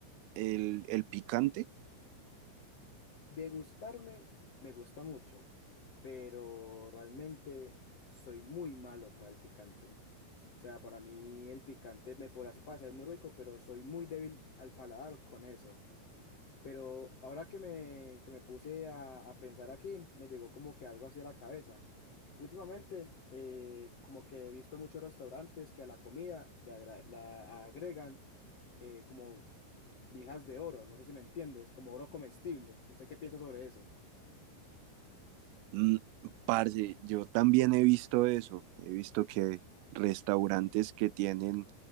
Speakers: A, on the right (about 85°); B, on the left (about 60°).
A: el, el picante?
B: Degustarme me gusta mucho, pero realmente soy muy malo para el picante. O sea, para mí el picante me podrá parecer muy rico, pero soy muy débil al paladar con eso. Pero ahora que me, que me puse a, a pensar aquí, me llegó como que algo hacia la cabeza. Últimamente, eh, como que he visto muchos restaurantes que a la comida le agra- la agregan eh, como lijas de oro, no sé si me entiendes, como oro comestible. ¿Usted qué piensa sobre eso?
A: Mm, parce, yo también he visto eso, he visto que restaurantes que tienen